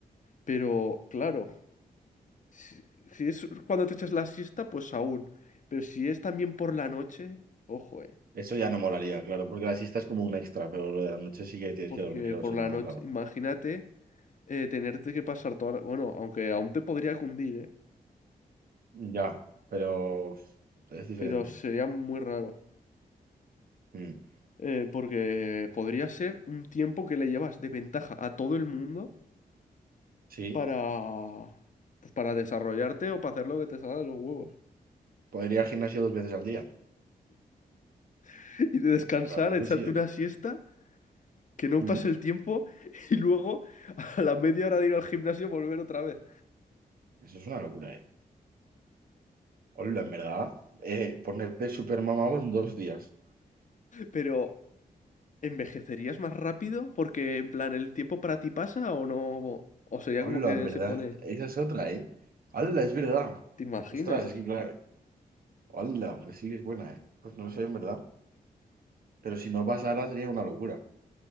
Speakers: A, on the left; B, on the right.
A: Pero claro. Si, si es cuando te echas la siesta, pues aún. Pero si es también por la noche, ojo, eh.
B: Eso ya no molaría, claro, porque la siesta es como un extra, pero lo de la noche sí que tienes
A: Porque
B: que dormir o
A: por
B: si no
A: la noche,
B: es raro.
A: imagínate eh, tenerte que pasar toda la... Bueno, aunque aún te podría cundir, eh.
B: Ya, pero es diferente.
A: Pero sería muy raro.
B: Mm,
A: Eh, porque podría ser un tiempo que le llevas de ventaja a todo el mundo
B: Sí,
A: para... Pues para desarrollarte o para hacer lo que te salga de los huevos.
B: podría ir al gimnasio dos veces al día.
A: <laughs> Y de descansar,
B: Realmente
A: echarte
B: sí, ¿eh?
A: una siesta, que no
B: Mm.
A: pase el tiempo <laughs> y luego a la media hora de ir al gimnasio volver otra vez.
B: Eso es una locura, eh. Hola, en verdad. Eh, ponerte super mamado en dos días.
A: Pero, ¿envejecerías más rápido? Porque, en plan, ¿el tiempo para ti pasa o no? O sería
B: Hola,
A: como que
B: en verdad.
A: se pone.
B: Esa es otra, eh. Hola, es verdad.
A: ¿Te imaginas?
B: Ostras, es que claro. Hola, pues sí que es buena, eh. Pues no sé, en verdad. Pero si no pasara sería una locura.